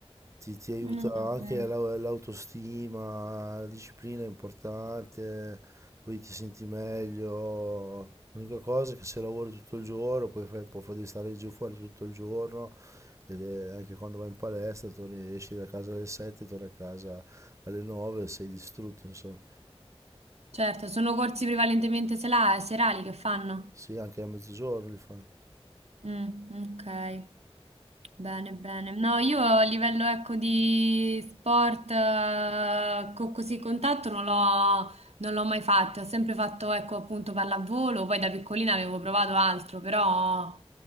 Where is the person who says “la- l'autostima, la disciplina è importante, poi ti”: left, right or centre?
Right